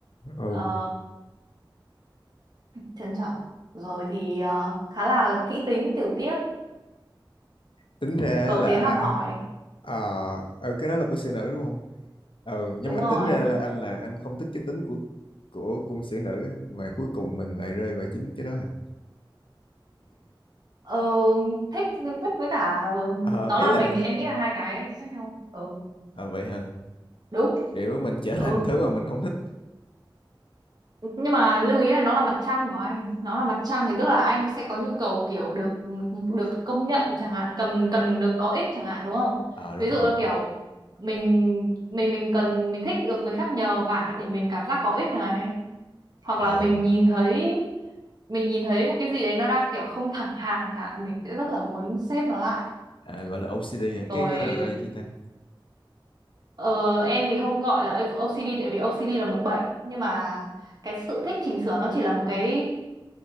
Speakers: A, on the left; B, on the right.
A: ừ
B: Ờ, trân trọng rồi thì ờ, khá là kỹ tính tiểu tiết
A: tính ra
B: cầu
A: là
B: tiến học hỏi
A: ờ ừ, cái đó là của sĩ nữ đúng không ừ nhưng
B: đúng
A: mà tính
B: rồi
A: ra là anh là anh không thích cái tính của của cung sĩ nữ á, mà cuối cùng mình lại rơi vào chính cái đó à
B: Ờ, thích thích với cả ờ,
A: Ờ,
B: nó
A: ý
B: là
A: là
B: mình thì em nghĩ là hai cái khác nhau ừ
A: ờ, vậy hả?
B: đúng
A: Kiểu mình trở thành
B: ừ
A: thứ mà mình không thích.
B: nhưng mà lưu ý là nó là mặt trăng của anh nó là mặt trăng thì tức là anh sẽ có nhu cầu kiểu được được công nhận chẳng hạn cần cần được có ích chẳng hạn đúng không
A: Ờ đúng
B: ví dụ
A: rồi.
B: là kiểu mình mình mình cần mình thích được người khác nhờ vả để mình cảm giác có ích này hoặc là
A: à
B: mình nhìn thấy mình nhìn thấy một cái gì đấy nó đang kiểu không thẳng hàng chẳng hạn mình sẽ rất là muốn xếp nó lại
A: à, gọi là OCD à.
B: rồi
A: cái gọi là gọi là gì ta
B: Ờ, em thì không gọi là OCD tại vì OCD là một bệnh nhưng mà cái sự thích chỉnh sửa nó chỉ là một cái